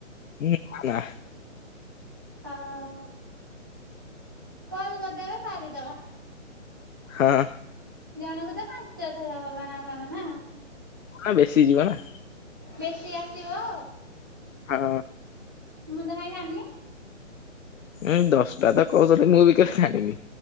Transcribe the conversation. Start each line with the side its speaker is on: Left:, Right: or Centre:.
Left: ହୁଁ ନାଁ ନାଁ।
Right: ଓଃ। କଲ୍ କରିଦେବେ ସାରିଦବା।
Left: ହଁ।
Right: ଜଣଙ୍କୁ ତ ପାଞ୍ଚ ଥର ହବ ନା କଣ ନା?
Left: ହଁ ବେଶୀ ଯିବ ନା।
Right: ବେଶୀ ଆସିବ?
Left: ହଁ।
Right: ମୁଁ ତ କାଇଁ ଜାଣିନି।
Left: ଉଁ ଦଶଟା ତ କହୁଥିଲେ ମୁଁ ବି କେ ଜାଣିନି